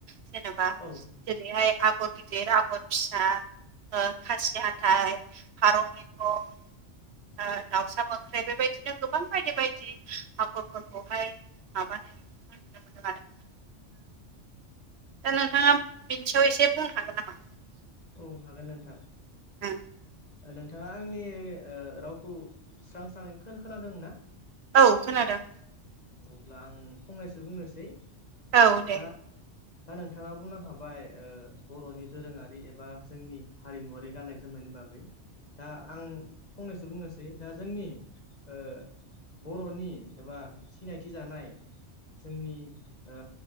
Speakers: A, on the right; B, on the left.
A: जेनबा
B: औ
A: जेरैहाय आगर गिदिर आगर फिसा ओ खासि हाथाय, फारौ मेगन ओ दाउसा मोख्रेब बेबायदिनो गोबां बायदि बायदि आखरफोरखौहाय माबानाय नुनो मोनदों आरो दा नोंथाङा बिनि सायाव एसे बुंनो हागोन नामा?
B: औ हागोन नोंथां।
A: ओं
B: ओ नोंथाङा आंनि ओ रावखौ स्रां स्राङै खोन-खोनादों ना?
A: औ खोनादों।
B: अब्ला आं फंनैसो बुंनोसै।
A: औ दे।
B: दा दा नोंथाङा बुंलांखाबाय ओ बर'नि दोरोङारि एबा जोंनि हारिमुवारि गाननाय जोमनायनि बागै दा आं फंनैसो बुंनोसै दा जोंनि ओ बर'नि एबा सिनायथि जानाय जोंनि ओ